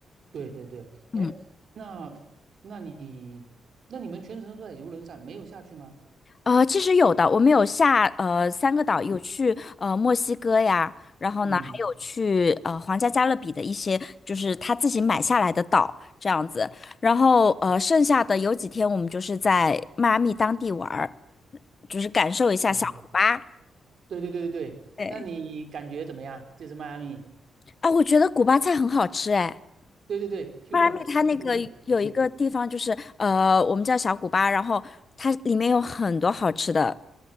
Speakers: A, on the right (about 55°); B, on the left (about 30°).
A: 对对对。哎，
B: 嗯，
A: 那那你那你们全程都在游轮上，没有下去吗？
B: 呃，其实有的，我们有下呃三个岛，有去呃墨西哥呀，然后呢还有去呃皇家加勒比的一些，
A: 嗯，
B: 就是他自己买下来的岛这样子，然后呃剩下的有几天我们就是在迈阿密当地玩儿，就是感受一下小古巴。
A: 哦，对对对对对，
B: 对。
A: 那你感觉怎么样？就是迈阿密，
B: 啊，我觉得古巴菜很好吃哎。
A: 对对对，Cuban
B: 迈阿密它那个有一个地方就是呃，
A: Cuban food，对
B: 我们叫小古巴，然后它里面有很多好吃的，